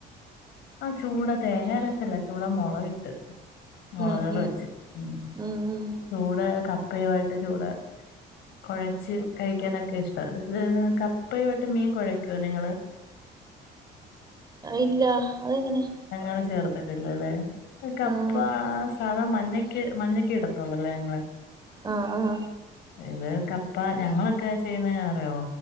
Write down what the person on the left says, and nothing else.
ആഹ ചൂട തേങ്ങര വെച്ചല്ല ചൂടാ മുളക് കിട്ട് മുളകറി
വെച്ച് ഉ
ചൂട കപ്പയുമായിട്ട് ചൂട കുഴച്ച് കഴിക്കാനൊക്കെ ഇഷ്ട കപ്പയുമായിട്ട് മീൻ കുഴയ്ക്കുവ നിങ്ങള്
അങ്ങനെ ചേർത്തിട്ടില്ലല്ലേ കപ്പ
സാധാ മഞ്ഞ മഞ്ഞക്കക്ക് ഇടത്തോളല്ലേ ഇങ്ങളെ
ഇത് കപ്പ ഞങ്ങളൊക്കെ ചെയ്യുന്ന അറയോ